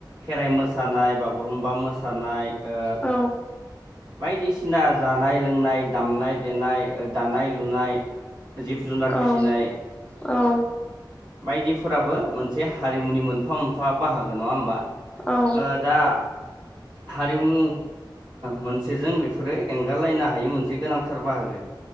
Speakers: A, on the right; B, on the left.
A: खेराइ मोसानाय बागुरुम्बा मो सानाय ओ
B: औ
A: बायदिसिना जानाय लोंनाय दामनाय देनाय दानाय लुनाय जिब जुनार
B: औ
A: फिसिनाय
B: औ औ
A: बायदिफोराबो मोनसे हारिमुनि मोनफा मोनफा बाहागो नङा होमबा।
B: औ औ
A: ओ दा हारिमु मोनसे जों बेफोरो एंगारलायनो हायो मोनसे गोनांथार बाहागो